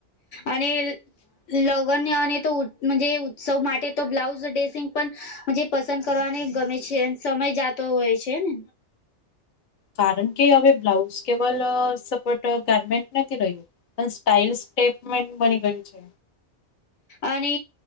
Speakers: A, on the left; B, on the left.
A: અને લગ્ન અને તો મ જે ઉત્સવ માટે તો બ્લાઉઝ ડ્રેસિંગ પણ મ જે પસંદ કરવાને ગમે છે સમય જાતો હોય છે ને,
B: કારણ કે હવે બ્લાઉઝ કેવલ સપોટ ગાર્મેન્ટ નથી રહ્યું. પણ સ્ટાઇલ સ્ટેટમેન્ટ બની ગયું છે.
A: અને